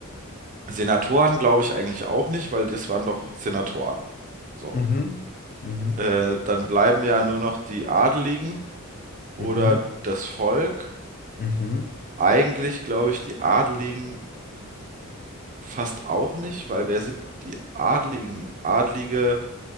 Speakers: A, on the right; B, on the left.
A: Senatoren glaube ich eigentlich auch nicht, weil das waren doch Senatoren. So.
B: Mhm, mhm,
A: Äh, dann bleiben ja nur noch die Adeligen oder
B: mhm,
A: das Volk.
B: mhm.
A: Eigentlich glaube ich die Adeligen fast auch nicht, weil wer sind die Adeligen? Adelige.